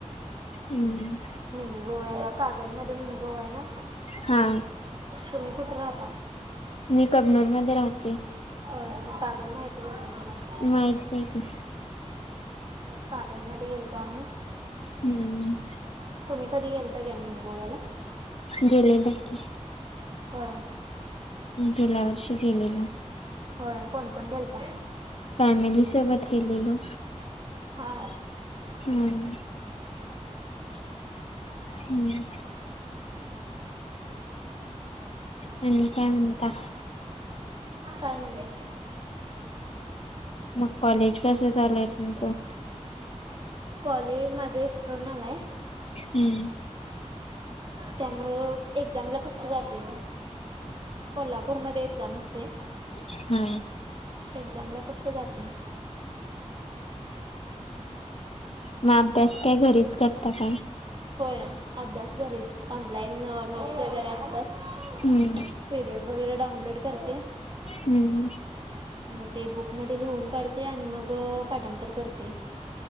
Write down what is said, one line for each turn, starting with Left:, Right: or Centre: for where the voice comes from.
Left: हम्म!
Right: मिनी गोव्याला कागल मध्ये मिनी गोवा आहे ना?
Left: हा
Right: तुम्ही कुठे राहता?
Left: मी कबनूर मध्ये राहते.
Right: होय मग कागल माहीतच असेल तुम्हाला?
Left: माहिताय की.
Right: कागल मध्ये गेलतो आम्ही.
Left: हम्म.
Right: तुम्ही कधी गेलता काय मिनी गोव्याला?
Left: गेलेली की.
Right: होय.
Left: गेल्या वर्षी गेलेलो.
Right: होय कोण कोण गेलता?
Left: फॅमिली सोबत गेलेलो
Right: हा!
Left: हम्म
Right: <inaudible>
Left: हम्म! आणि काय म्हणता?
Right: काय नाही.
Left: मग कॉलेज कस चालू आहे तुमचं?
Right: कॉलेज माझं एक्सर्नल आहे.
Left: हम्म.
Right: त्यामुळे एक्झामला फक्त जाते मी. कोल्हापूरमध्ये एक्झाम असते
Left: हा
Right: एक्झामला फक्त जाते.
Left: म अभ्यास काय घरीच करता काय?
Right: होय अभ्यास घरीच ऑनलाईन नोट्स वगैरे असतात.
Left: हम्म
Right: पी डी एफ वगैरे डाऊनलोड करते.
Left: हूं हूं
Right: म ते बुक मध्ये लिहून काढते आणि मग पाठांतर करते.